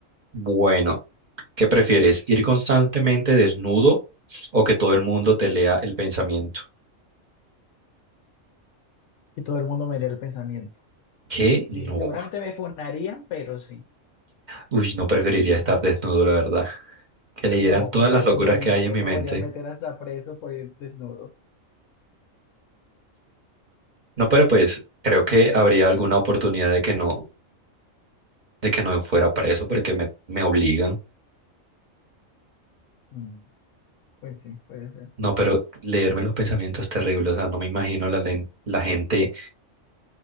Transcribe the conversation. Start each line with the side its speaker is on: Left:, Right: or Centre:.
Right: Bueno, ¿qué prefieres? ¿Ir constantemente desnudo o que todo el mundo te lea el pensamiento?
Left: Y todo el mundo me lee el pensamiento.
Right: ¿Qué?
Left: Sí,
Right: No.
Left: seguramente me funarían, pero sí.
Right: Uy, no preferiría estar desnudo, la verdad. Que leyeran
Left: No,
Right: todas
Left: eso
Right: las
Left: es hasta
Right: locuras
Left: un delito.
Right: que hay en mi
Left: Te
Right: mente.
Left: podrían meter hasta preso por ir desnudo.
Right: No, pero pues creo que habría alguna oportunidad de que no, de que no fuera preso porque me, me obligan.
Left: Mm, pues sí, puede ser.
Right: No, pero leerme los pensamientos terribles, o sea, no me imagino la, len- la gente